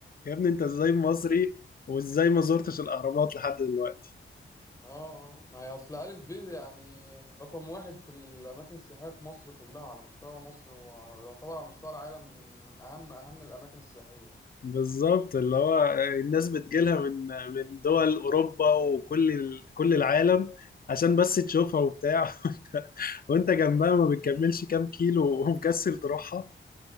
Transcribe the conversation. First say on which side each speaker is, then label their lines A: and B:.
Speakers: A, on the left; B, on the left.
A: يا ابني انت ازاي مصري وازاي ما زرتش الاهرامات لحد دلوقتي
B: آه آه. ما هي أصل ألف ب يعني رقم واحد في الأماكن السياحية في مصر كلها على مستوى مصر ويعتبر على مستوى العالم من من أهم أهم الأماكن السياحية
A: بالظبط اللي هو الناس بتجيلها من من دول اوروبا وكل ال- كل العالم عشان بس تشوفها وبتاع <laughs> وانت وانت جنبها ما بتكملش كام كيلو ومكسل تروحها